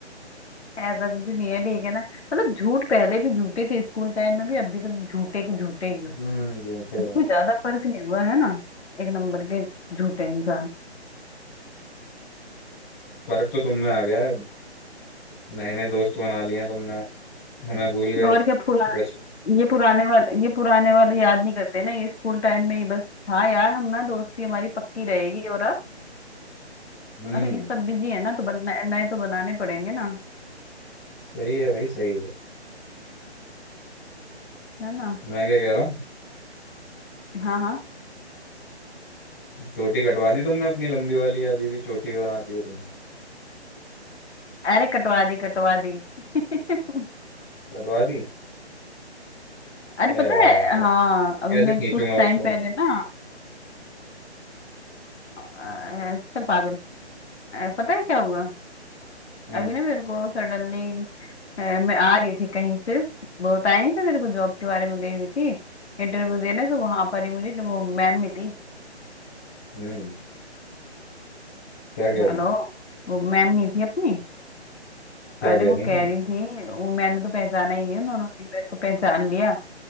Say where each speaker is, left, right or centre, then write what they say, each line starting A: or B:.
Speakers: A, on the left; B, on the left.
A: ऐसा कुछ नहीं है ठीक है ना मतलब झूठ पहले भी झूठे थे स्कूल टाइम में भी अब भी तुम झूठे के झूठे ही हो
B: हम्म झूठे
A: ऐसा
B: हो
A: कोई ज्यादा फर्क नहीं हुआ है ना एक नंबर के झूठे इंसान
B: फर्क तो तुम में आ गया है नए नए दोस्त बना लिए हैं तुमने हमें भूल गए
A: और क्या पुराने
B: बच
A: ये पुराने वाले ये पुराने वाले याद नहीं करते ना ये स्कूल टाइम में ही बस हाँ यार हम ना दोस्ती हमारी पक्की रहेगी और अब
B: हम्म
A: अब तो ये सब बिजी है ना तो बनना नए नए तो बनाने पड़ेंगे ना
B: सही है भाई सही है
A: है ना
B: मैं क्या कह रहा हूँ
A: हाँ हाँ
B: चोटी कटवा दी तुमने अपनी लंबी वाली या अभी भी चोटी बनाती हो तुम
A: अरे कटवा दी कटवा दी <laughs>
B: कटवा दी
A: अरे
B: अरे
A: पता
B: यार
A: है
B: अब
A: हाँ
B: तो
A: अभी
B: कैसे
A: मैं
B: खींचूंगा
A: कुछ टाइम
B: उसको मैं
A: पहले ना अ, चल पागल अ, पता है क्या हुआ
B: हम्म
A: अभी ना मेरे को सडनली मैं आ रही थी कहीं से वो बताया नहीं था तेरे को जॉब के बारे में गई हुई थी इंटरव्यू देने तो वहां पर ही मुझे वो मैम मिली
B: हम्म क्या कह
A: हेलो
B: रही
A: वो मैम नहीं थी अपनी
B: क्या
A: अरे
B: कह
A: वो
B: रही
A: कह
B: थी
A: रही थी वो मैंने तो पहचाना ही नहीं उन्होंने भी मेरे को पहचान लिया